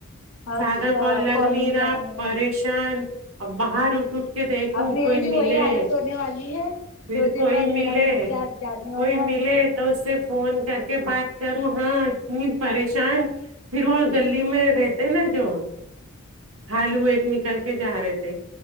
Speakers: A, on the right (about 80°); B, on the left (about 70°).
A: سادہ
B: اچھا
A: کال لگ
B: کالنگ
A: نہیں رہا
B: کا نہیں
A: پریشان
B: ہے
A: اب باہر اٹھ اٹھ کے دیکھوں
B: اب میری
A: کوئی
B: بھی
A: ملے
B: وہی حالت ہونے والی ہے
A: پھر
B: دو دن
A: کوئی
B: بعد
A: ملے
B: میرا بھی ریچارج جانے والا
A: کوئی ملے
B: ہے
A: تو اس سے فون کر کے بات کروں ہاں اتنی پریشان پھر وہ گلی میں رہتے نا جو خالو ایک نکل کے جا رہے تھے